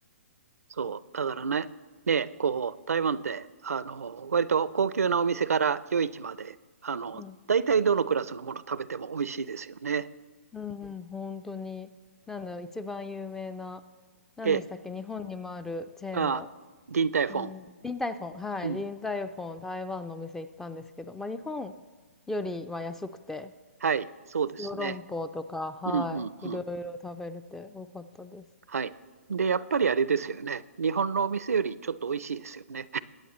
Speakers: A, on the right; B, in the centre.
A: そう。だからね、ね、こう、台湾って、あの、割と高級なお店から夜市まで、あの、
B: うん。
A: 大体どのクラスのもの食べても美味しいですよね。
B: うんうん、本当に。なんだろう、一番有名な、何でしたっけ、
A: で、
B: 日本にもあるチェーンの、
A: まあ、ディンタイフォン。
B: えー、リンタイフォン。はい、
A: うん。
B: リンタイフォン、台湾のお店行ったんですけど、まあ日本よりは安くて、
A: はい。そうですね。
B: 小籠包とか、はい、
A: うん、うん、うん。
B: いろいろ食べれてよかったです。
A: はい。で、やっぱりあれですよね。日本のお店よりちょっと美味しいですよね。